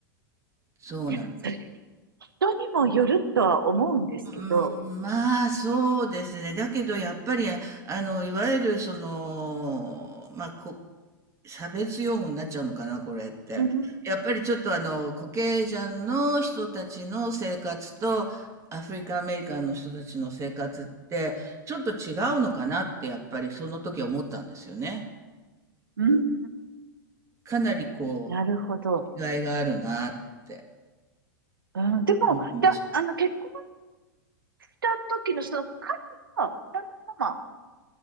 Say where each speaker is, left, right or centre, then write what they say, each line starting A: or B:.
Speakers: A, on the right (about 25°); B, on the right (about 80°).
A: そうなんです。
B: いや、それ、人にもよるとは思うんですけど。
A: うん、まあ、そうですね。だけど、やっぱり、あの、いわゆる、その、まあ、こ、差別用語になっちゃうのかな、これって。
B: うん、
A: やっぱりちょっと、あの、コケジャンの人たちの生活と、アフリカンアメリカンの人たちの生活って、ちょっと違うのかなって、やっぱりその時思ったんですよね。
B: うん、
A: かなり、こう、
B: なるほど。
A: 違いがあるなって
B: うん、でも、
A: 思いました。
B: だ、あの、結婚た時のその彼は、旦那様は、